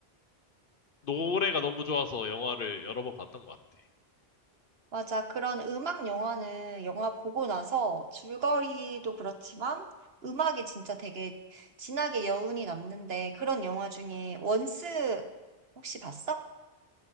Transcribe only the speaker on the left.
노래가 너무 좋아서 영화를 여러 번 봤던 것 같아.